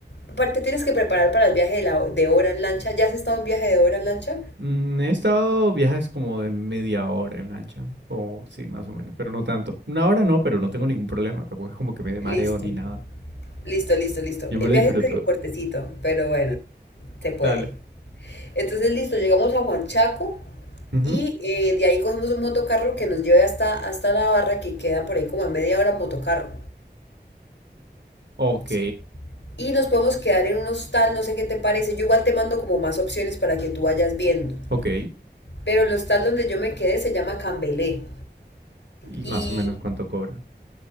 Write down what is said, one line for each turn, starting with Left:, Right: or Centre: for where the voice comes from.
Left: aparte tienes que preparar para el viaje de, la, de hora en lancha. ¿Ya has estado en viaje de hora en lancha?
Right: Mm, he estado viajes como de media hora en lancha, o sí, más o menos, pero no tanto. Una hora no, pero no tengo ningún problema, tampoco es como que me dé mareo
Left: Listo,
Right: ni nada.
Left: listo, listo, listo.
Right: Yo
Left: El
Right: me lo
Left: viaje
Right: disfruto.
Left: es medio fuertecito, pero bueno, se puede.
Right: Dale.
Left: Entonces, listo, llegamos a Juanchaco
Right: Ujú.
Left: Y eh, de ahí cogemos un motocarro que nos lleve hasta, hasta la barra que queda por ahí como a media hora en motocarro.
Right: Ok,
Left: Sí. Y nos podemos quedar en un hostal, no sé qué te parece. Yo igual te mando como más opciones para que tú vayas viendo.
Right: ok.
Left: Pero el hostal donde yo me quedé se llama Cambelé.
Right: ¿Y
Left: Y
Right: más o menos cuánto cobra?